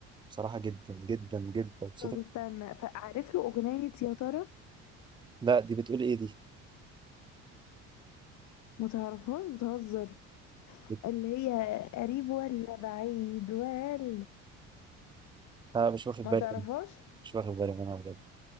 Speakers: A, on the right; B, on the left.
A: بصراحه جدا جدا جدا صوتك
B: طب استنى فعارف له اغنيه يا ترى
A: لا دي بتقول ايه دي
B: ما تعرفهاش بتهزر
A: بت...
B: اللي هي قريب ولا بعيد ولا
A: آه مش واخد
B: ما
A: بالي
B: تعرفهاش
A: منها. مش واخد بالي منها بجد